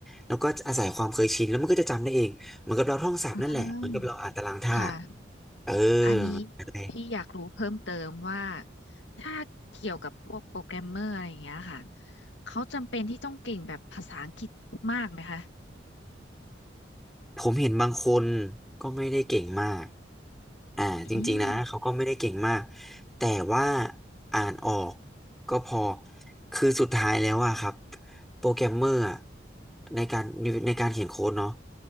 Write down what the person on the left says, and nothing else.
อ่าค่ะ
อันนี้
พี่อยากรู้เพิ่มเติมว่าถ้าเกี่ยวกับพวกโปรแกรมเมอร์อะไรอย่างเงี้ยค่ะเขาจำเป็นที่ต้องเก่งแบบภาษาอังกฤษมากไหมคะ
อืม